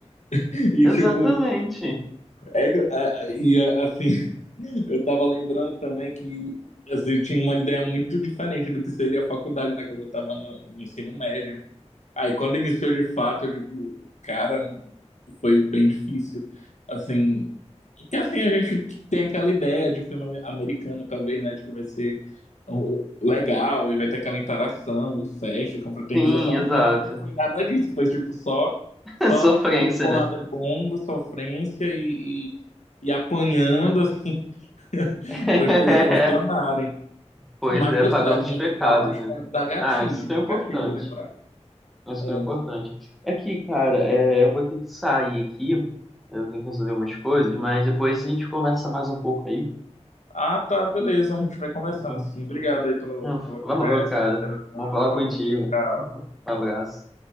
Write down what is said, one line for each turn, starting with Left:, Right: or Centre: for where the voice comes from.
Left: e,
Centre: Exatamente.
Left: tipo, é, é, e é, assim, <laughs> eu tava lembrando também que assim, eu tinha uma ideia muito diferente do que seria a faculdade, né? Quando eu tava no, no ensino médio. Aí quando iniciou de fato, eu digo, cara, foi bem difícil. Assim, que assim a gente tem aquela ideia de filme ame- americano, talvez, né, de que vai ser um, legal e vai ter aquela interação e festa, e confraternização.
Centre: Sim, exato.
Left: E pra mim não foi nada disso, foi tipo só
Centre: <laughs>
Left: só
Centre: Sofrência,
Left: tiro, porrada
Centre: né?
Left: de bomba, sofrência e, e, e apanhando assim <laughs>
Centre: <laughs>
Left: para as coisas funcionarem.
Centre: Pois
Left: Mas
Centre: é,
Left: deu
Centre: pagando
Left: certo
Centre: os
Left: no
Centre: pecados,
Left: final, mas
Centre: né?
Left: dá gatilho,
Centre: Ah, isso que é importante.
Left: gatilho de lembrar.
Centre: Isso
Left: É.
Centre: que é importante. É que, cara, é, eu vou ter que sair aqui. Eu tenho que resolver umas coisas, mas depois a gente conversa mais um pouco aí.
Left: Ah, tá, beleza. A gente vai conversando,
Centre: tá bom?
Left: sim. Obrigado aí pela,
Centre: Ah,
Left: pela
Centre: Falou,
Left: conversa.
Centre: cara.
Left: pela interação.
Centre: Bom falar
Left: Falou,
Centre: contigo.
Left: tchau, tchau.
Centre: Um abraço.